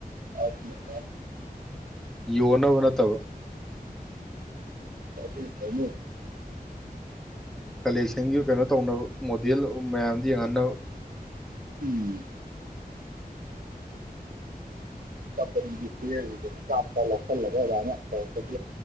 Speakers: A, on the right; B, in the centre.
A: ꯑ <unintelligible>
B: ꯌꯣꯟꯅꯕ ꯅꯠꯇꯕ
A: <unintelligible>
B: ꯀꯂꯦꯛꯁꯟꯒꯤ ꯀꯩꯅꯣ ꯇꯧꯅꯕ ꯃꯣꯗꯦꯜ ꯃꯌꯥꯝꯗ ꯌꯦꯡꯍꯟꯅꯕ
A: ꯎꯝ <unintelligible> ꯃꯆꯥ ꯃꯆꯥ ꯂꯧꯁꯤꯜꯂꯒ ꯑꯗꯨꯃꯥꯏꯅ ꯇꯧꯔꯛꯄꯒꯤ